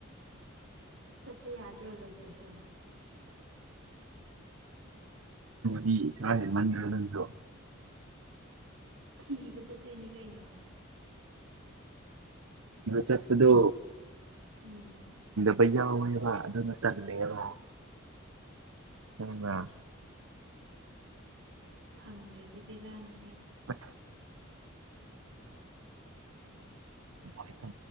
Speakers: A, on the right (about 70°); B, on the right (about 85°).
A: ꯆꯠꯄ ꯌꯥꯗ꯭ꯔꯣ ꯂꯩꯇ꯭ꯔꯁꯨ
B: ꯗꯤ ꯀ ꯃꯔꯗꯣ
A: ꯊꯤꯕ ꯆꯠꯇꯣꯏꯅꯤ ꯀꯩꯅꯩꯅꯣ
B: ꯆꯠꯄꯗꯣ
A: ꯎꯝ
B: ꯕꯩꯌꯥꯎꯕ ꯑꯗꯨꯅ ꯇꯂꯦꯕ ꯑꯗ
A: ꯑꯁ ꯐꯪꯗ꯭ꯔꯗꯤ ꯕꯕꯤꯔꯥꯅꯤ
B: ꯑ ꯋꯥꯀ